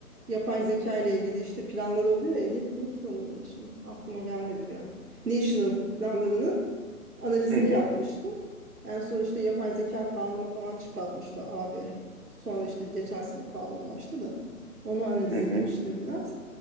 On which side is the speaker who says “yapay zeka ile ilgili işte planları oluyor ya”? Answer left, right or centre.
Right